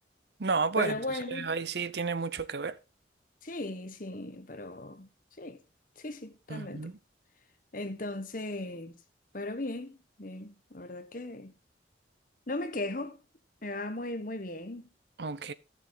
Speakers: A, on the right; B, on the left.
A: No, pues
B: pero
A: entonces
B: bueno,
A: ahí sí tiene mucho que ver.
B: sí, sí, pero sí, sí, sí, realmente.
A: Ujú.
B: Entonces, pero bien, bien, la verdad que... No me quejo, me va muy, muy bien.
A: Ok,